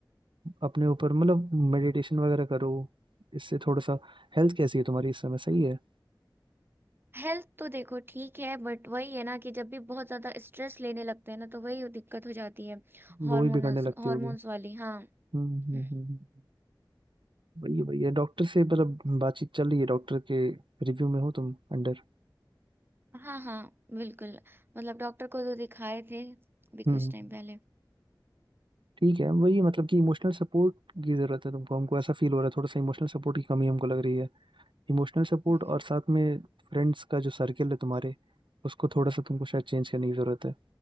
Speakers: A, on the right; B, on the right.
A: अपने ऊपर मतलब मेडिटेशन वगैरह करो इससे थोड़ा सा हेल्थ कैसी है तुम्हारी इस समय सही है
B: हेल्थ तो देखो ठीक है बट वही है ना कि जब भी बहुत ज्यादा स्ट्रेस लेने लगते हैं ना तो वही दिक्कत हो जाती है हार्मोनल्स
A: वो भी बिगड़ने लगती
B: हार्मोन्स
A: होगी
B: वाली हाँ
A: हम्म
B: हम्म,
A: हम्म हम्म। हम्म। वही वही है डॉक्टर से मतलब बातचीत चल रही है डॉक्टर के रिव्यू में हो तुम अंडर
B: हाँ हाँ बिल्कुल मतलब डॉक्टर को तो दिखाए थे अभी
A: हम्म
B: कुछ
A: हम्म, हम्म।
B: टाइम पहले
A: ठीक है वही मतलब कि इमोशनल सपोर्ट की जरूरत है तुमको हमको ऐसा फील हो रहा है थोड़ा सा इमोशनल सपोर्ट की कमी हमको लग रही है इमोशनल सपोर्ट
B: हम्म।
A: और साथ में फ्रेंड्स का जो सर्कल है तुम्हारे उसको थोड़ा सा तुमको शायद चेंज करने की जरूरत है